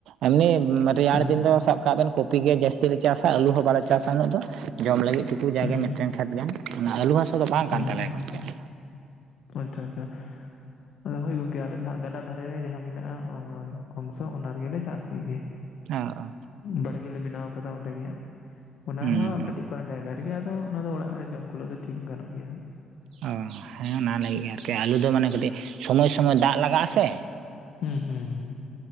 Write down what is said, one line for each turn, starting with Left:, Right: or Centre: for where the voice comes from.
Right: ᱮᱢᱱᱤ ᱩᱸᱢ ᱨᱮᱭᱟᱲ
Left: ᱦᱮᱸ
Right: ᱫᱤᱱ ᱫᱚ ᱥᱟᱵ ᱠᱟᱜ ᱵᱮᱱ ᱠᱚ ᱯᱤ ᱜᱮ ᱡᱟᱹᱥᱛᱤ ᱞᱮ ᱪᱟᱥᱟ ᱟᱹᱞᱩ ᱦᱚᱸ ᱵᱟᱞᱮ ᱪᱟᱥᱟ ᱩᱱᱟᱹᱜ ᱫᱚ, ᱡᱚᱢ ᱞᱟᱹᱜᱤᱫ ᱴᱩᱠᱩ ᱡᱟᱜᱮ
Left: ᱦᱩᱸ
Right: ᱢᱤᱫᱴᱮᱱ ᱠᱷᱮᱛ ᱜᱟᱱ, ᱚᱱᱟ ᱟᱹᱞᱩ <inaudible> ᱠᱚᱫᱚ ᱵᱟᱝ
Left: ᱦᱩᱸ
Right: ᱠᱟᱱ ᱛᱟᱞᱮᱭᱟ
Left: ᱦᱩᱸ
Right: ᱜᱚᱝᱠᱮ ᱾
Left: ᱟᱪᱪᱷᱟ ᱟᱪᱪᱷᱟ, ᱟᱫᱚ ᱦᱳᱭ ᱜᱚᱝᱠᱮ ᱟᱞᱮ ᱫᱚ ᱦᱟᱸᱜ ᱜᱟᱰᱟ ᱫᱷᱟ ᱨᱮ ᱨᱮ ᱡᱟᱦᱟᱸ ᱢᱮᱱᱟᱜᱼᱟ ᱚᱝᱥᱚ ᱚᱱᱟ ᱨᱮᱜᱮ ᱞᱮ ᱪᱟᱥ ᱠᱮᱫ ᱜᱮ᱾
Right: ᱚ ᱚ
Left: ᱵᱟᱲᱜᱮ ᱵᱮᱱᱟᱣ ᱟᱠᱟᱫᱟ ᱚᱸᱰᱮ ᱜᱮ ᱦᱟᱸᱜ᱾ ᱚᱱᱟ
Right: ᱦᱩᱸ
Left: ᱦᱚᱸ ᱠᱟᱹᱴᱤᱡ ᱯᱟᱨᱟᱝ ᱡᱟᱭᱜᱟ ᱨᱮᱜᱮ ᱟᱫᱚ ᱚᱱᱟ ᱫᱚ ᱚᱲᱟᱜ ᱨᱮ ᱡᱚᱢ ᱠᱩᱞᱟᱹᱜ‌ ᱫᱚ ᱴᱷᱤᱠ ᱜᱟᱱᱚᱜ ᱜᱮᱭᱟ ᱦᱟᱸᱜ᱾
Right: ᱚ ᱦᱮᱸ ᱚᱱᱟ ᱞᱟᱹᱜᱤᱫ ᱜᱮ ᱟᱨᱠᱤ ᱟᱞᱩ ᱫᱚ ᱢᱟᱱᱮ ᱠᱟᱹᱴᱤᱡ ᱥᱚᱢᱚᱭ ᱥᱚᱢᱚᱭ ᱫᱟᱜ ᱞᱟᱜᱟᱜᱼᱟ ᱥᱮ ᱾
Left: ᱦᱩᱸ ᱦᱩᱸ ᱦᱩᱸ,